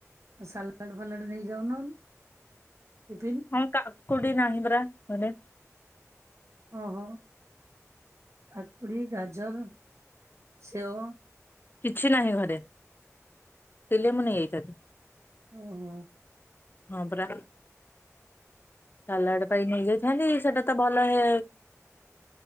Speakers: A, on the right; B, on the left.
A: ଆଉ ସାଲାଡ଼ ଫାଲାଡ଼ ନେଇଯାଉନ ଟିଫିନ୍।
B: ହଁ କାକୁଡି ନାହିଁ ପରା ଘରେ।
A: ଓହୋ, କାକୁଡ଼ି, ଗାଜର, ସେଓ।
B: କିଛି ନାହିଁ ଘରେ, ଥିଲେ ମୁଁ ନେଇ ଆଇଥାନ୍ତି।
A: ଓହୋ!
B: ହଁ ପରା। ସାଲାଡ ପାଇଁ ନେଇଯାଇଥାନ୍ତି ସେଟା ତ ଭଲ ହେ।